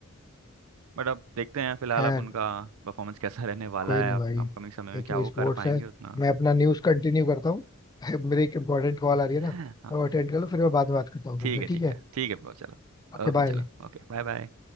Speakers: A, on the right; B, on the left.
A: बट अब देखते हैं फिलहाल
B: खैर
A: अब उनका परफॉर्मेंस कैसा रहने वाला
B: कोई
A: है
B: नहीं
A: आप
B: भाई
A: अपकमिंग समय में
B: ये
A: क्या
B: तो
A: वो
B: स्पोर्ट्स
A: कर पाएंगे
B: है
A: उतना
B: मैं अपना न्यूज कंटिन्यू करता हूँ <laughs> मेरे एक इंपॉर्टेंट कॉल आ रही
A: <laughs>
B: है ना
A: हाँ
B: मैं अटेंड कर लूँ फिर मैं बाद में बात करता हूँ
A: ठीक
B: तुमसे
A: है ठीक
B: ठीक है
A: है ठीक है ब्रो चलो
B: Okay
A: ओके
B: bye
A: चलो ओके Bye bye